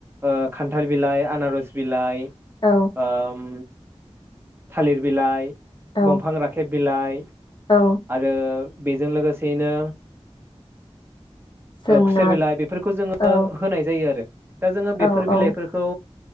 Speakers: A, on the right (about 20°); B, on the left (about 45°).
A: ओ खान्थाल बिलाइ आनारस बिलाइ
B: औ
A: ओम थालिर बिलाइ
B: औ
A: बंफां राखेब बिलाइ
B: औ
A: आरो बेजों लोगोसेयैनो
B: जोंना
A: खुसेर बिलाइ बेफोरखौ जोङो
B: औ
A: होनाय जायो आरो दा जोङो
B: औ
A: बेफोर बिलाइफोरखौ
B: औ